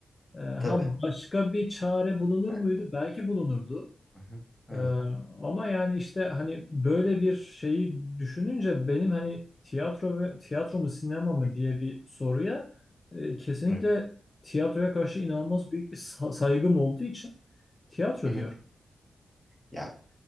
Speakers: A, on the left; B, in the centre.
A: E, ha
B: Tabii.
A: başka bir çare bulunur
B: evet
A: muydu? Belki bulunurdu.
B: Hı hı. Evet.
A: Ee, ama yani işte hani böyle bir şeyi düşününce benim hani tiyatro ve tiyatro mu sinema mı
B: Hı.
A: diye bir soruya e, kesinlikle
B: Evet.
A: tiyatroya karşı inanılmaz büyük bir sa- saygım olduğu için tiyatro
B: Hı
A: diyorum.
B: hı. Ya